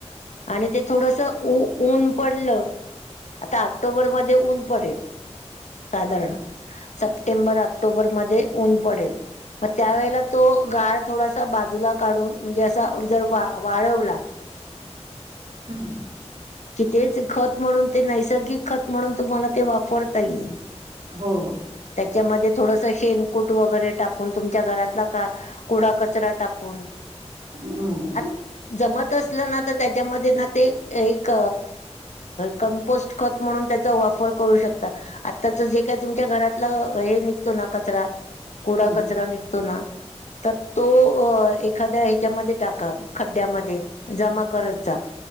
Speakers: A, on the left; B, on the right.
A: आणि ते थोडसं ऊ ऊन पडल आता ऑक्टोबर मध्ये ऊन पडेल साधारण
B: हम्म
A: सप्टेंबर, ऑक्टोबर मध्ये ऊन पडेल मग त्यावेेळेला तो गाळ थोडासा बाजूला काढून म्हणजे असा जर वाळवला
B: हम् हम्..
A: कि तेच खत म्हणून ते नैसर्गिक खत म्हणून तुम्हाला ते वापरता येईल.
B: हो.
A: त्याच्यामध्ये थोडस शेनकूट वगैरे टाकून तुमच्या घरातला का कुडा कच कचरा टाकून
B: हम्म
A: आ जमत असलं ना तर त्याच्यामध्ये ना ते एक कंपोस्ट खत म्हणून त्याचा वापर करू शकता आताच जे का तुमच्या घरात आपला हे निघतो ना, कचरा कुडा
B: हम्म
A: कचरा निघतो ना तर अ ह्याच्यामध्ये एखादया टाका खड्ड्यामध्ये जमा करत जा.